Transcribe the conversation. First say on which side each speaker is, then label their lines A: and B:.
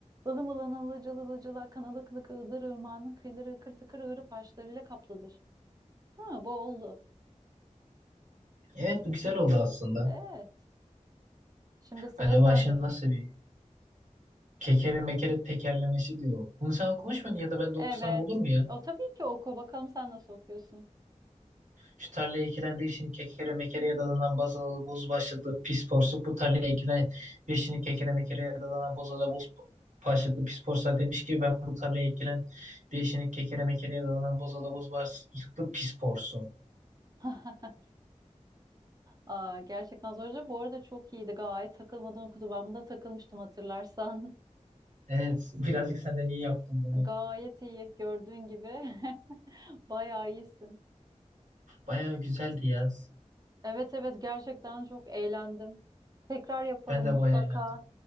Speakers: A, on the right; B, on the right.
A: Ilım ılın ılıcıl ılıcıl akan ılık ılık ığdır ırmağının kıyıları ıkır tıkır ığırıp harçlarıyla kaplıdır. Ha, bu oldu.
B: Evet bu güzel oldu aslında.
A: Evet, şimdi sıra
B: Acaba
A: sende.
B: şimdi nasıl bir kekere mekere tekerlemesi diyor. Bunu sen okumuş muydun ya da ben de
A: Evet,
B: okusam olur mu ya?
A: o tabii ki oku. Bakalım sen nasıl okuyorsun.
B: Şu tarlaya ekilen bir şimdi kekere mekereye dalanan bazalalı boz başlıklı pis porsuk. Bu tarlaya ekilen bir şimdi kekere mekereye dalanan bozalalı boz başlıklı pis porsa demiş ki ben bu tarlaya ekilen bir şimdi kekere mekereye dalanan bozalalı boz başlıklı pis porsu.
A: <laughs> Aa, gerçekten zorca. Bu arada çok iyiydi. Gayet takılmadan okudu. Ben bunda takılmıştım hatırlarsan.
B: Evet birazcık senden iyi yaptım bunu.
A: <laughs> Gayet iyi. Gördüğün gibi <laughs> bayağı iyisin.
B: Bayağı güzeldi ya.
A: Evet evet gerçekten çok eğlendim. Tekrar yapalım
B: Ben de
A: mutlaka.
B: bayağı eğlendim.